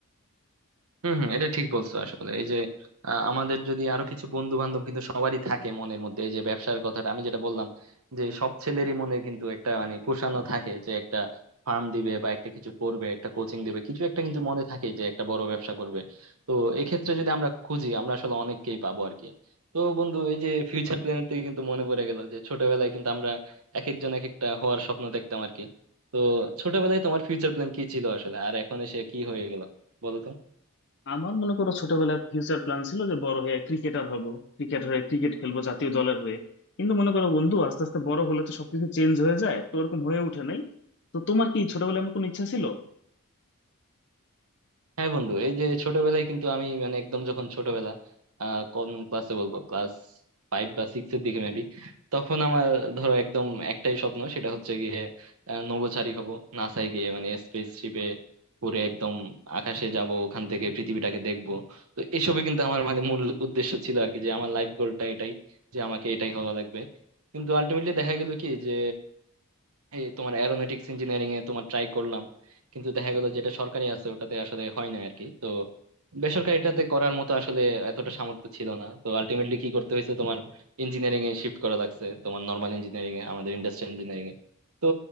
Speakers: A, on the right; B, on the left.
A: হম হম এটা ঠিক বলছো আসলে এই যে আহ, আমাদের যদি আরো কিছু বন্ধু বান্ধব কিন্তু সবারই থাকে মনের মধ্যে এই যে ব্যবসার কথাটা আমি যেটা বললাম যে সব ছেলেরই মনে কিন্তু একটা মানে পোষানো থাকে যে একটা ফার্ম দিবে বা একটা কিছু করবে একটা কোচিং দিবে কিছু একটা কিন্তু মনে থাকে যে একটা বড় ব্যবসা করবে তো এক্ষেত্রে যদি আমরা খুঁজি আমরা আসলে অনেককেই পাবো আর কি তো বন্ধু এই যে ফিউচার প্ল্যানের থেকে কিন্তু মনে পড়ে গেল যে ছোটবেলায় কিন্তু আমরা এক একজন এক একটা হওয়ার স্বপ্ন দেখতাম আর কি তো ছোটবেলায় তোমার ফিউচার প্ল্যান কি ছিল আসলে আর এখন এসে কি হয়ে গেল বলো তো
B: আমার মনে করো ছোটবেলায় ফিউচার প্ল্যান ছিল যে বড় হয়ে ক্রিকেটার হব ক্রিকেট হয়ে ক্রিকেট খেলবো জাতীয় দলের হয়ে কিন্তু মনে করো বন্ধু আস্তে আস্তে বড় হলে তো সবকিছু চেঞ্জ হয়ে যায় তো ওরকম হয়ে ওঠে নাই তো তোমার কি ছোটবেলায় এমন কোনো ইচ্ছা ছিল
A: হ্যাঁ বন্ধু এই যে ছোটবেলায় কিন্তু আমি মানে একদম যখন ছোটবেলা আহ কোন ক্লাসে বলবো ক্লাস ফাইভ বা সিক্স এর দিকে মেবি তখন আমার ধরো একদম একটাই স্বপ্ন সেটা হচ্ছে গিয়ে আহ, নভোচারী হব নাসায় গিয়ে মানে স্পেসশিপে ঘুরে একদম আকাশে যাব ওখান থেকে পৃথিবীটাকে দেখব তো এসবই কিন্তু আমার মানে মূল উদ্দেশ্য ছিল আর কি যে আমার লাইফ গোলটা এটাই যে আমাকে এটাই হওয়া লাগবে কিন্তু আলটিমেটলি দেখা গেল কি যে এই তোমার অ্যারোনটিক্স ইঞ্জিনিয়ারিং এ তোমার ট্রাই করলাম কিন্তু দেখা গেল যেটা সরকারি আছে ওটাতে আসলে হয় না আর কি তো বেসরকারিটাতে করার মতো আসলে এতটা সামর্থ্য ছিল না তো আলটিমেটলি কি করতে হয়েছে তোমার ইঞ্জিনিয়ারিং এ শিফট করা লাগছে তোমার নর্মাল ইঞ্জিনিয়ারিং এ আমাদের ইন্ডাস্ট্রিয়াল ইঞ্জিনিয়ারিং এ তো